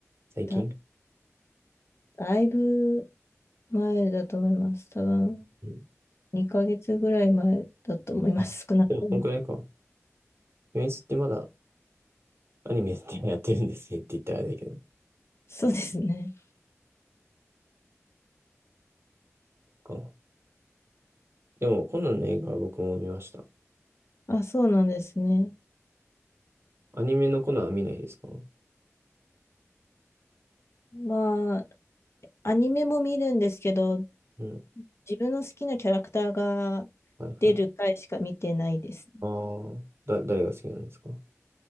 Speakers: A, on the right; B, on the left.
A: 最近
B: だ、だいぶ前だと思います。多分
A: うん
B: 2ヶ月ぐらい前だと思います、
A: あ、
B: 少なくとも。
A: でもこんくらいか。鬼滅ってまだアニメってやってるんですねって言ったらあれだけど。
B: そうですね。
A: かでもコナンの映画は僕も見ました。
B: あ、そうなんですね。
A: アニメのコナンは見ないですか
B: まあ、アニメも見るんですけど、
A: うん。
B: 自分の好きなキャラクターが
A: はいはい。
B: 出る回しか見てないですね。
A: ああ、だ、誰が好きなんですか